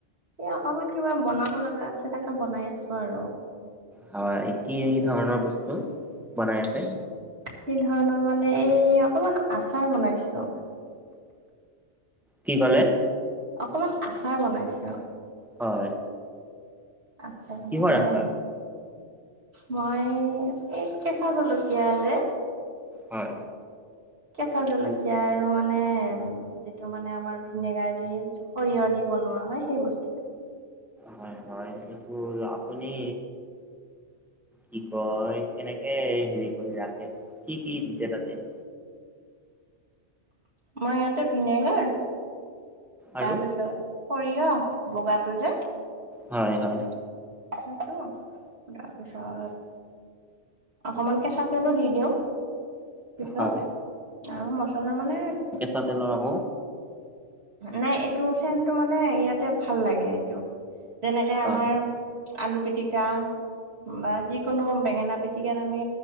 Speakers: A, on the right; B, in the centre.
A: এই, অকমান কিবা বনাব লগা আছে, তাকে বনাই আছোঁ আৰু।
B: হয়, কি
A: মানে
B: কি ধৰণৰ বস্তু বনাই আছে?
A: কি ধৰণৰ মানে? এই অকমান আচাৰ বনাইছোঁ।
B: কি ক'লে?
A: অকমান আচাৰ বনাইছোঁ।
B: হয়।
A: আছে
B: কিহৰ
A: মানে
B: আচাৰ
A: মই এই কেঁচা জলকীয়া যে
B: হয়।
A: কেঁচা জলকীয়া আৰু মানে যিটো মানে আমাৰ ভিনেগাৰ দি, সৰিয়হ দি বনোৱা হয় সেই বস্তুটো।
B: হয় হয়, এইবোৰ আপুনি কি কয়, কেনেকে হেৰি কৰি ৰাখে? কি কি দিছে তাতে?
A: মই ইয়াতে ভিনেগাৰ
B: আৰু
A: তাৰপিছত সৰিয়হ বগাটো যে।
B: হয়, হয়।
A: সেইটো তাৰপিছত অকমান কেঁচা তেলো দি দিওঁ। পিছত
B: হয়
A: আৰু মছলা মানে বিশেষ
B: তাতে লয় আকৌ
A: নাই, এইটো চেণ্টো মানে ইয়াতে ভাল লাগে, এইটো যেনেকে
B: হয়
A: আমাৰ আলু পিটিকা বা যিকোনো বেঙেনা পিটিকাত আমি